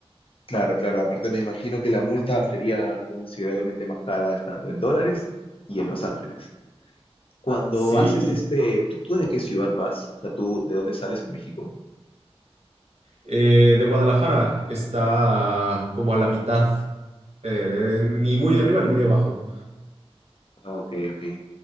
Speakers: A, on the left (about 60°); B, on the right (about 85°).
A: Claro, claro. Aparte me imagino que la multa sería considerablemente más cara estando en dólares y en Los Ángeles. Cuando
B: Sí,
A: haces este, ¿tú, tú de qué ciudad vas? O sea, ¿tú de dónde sales en México?
B: eh, de Guadalajara está como a la mitad, eh, de- ni muy arriba ni muy abajo.
A: Ah, Ok, ok.